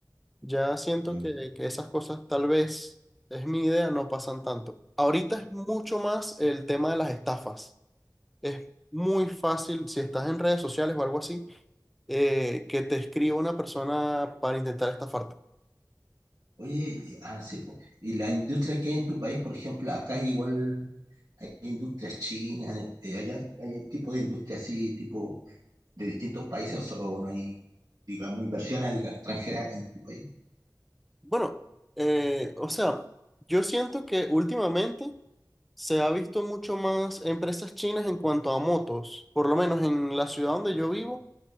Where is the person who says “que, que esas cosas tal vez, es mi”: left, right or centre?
Centre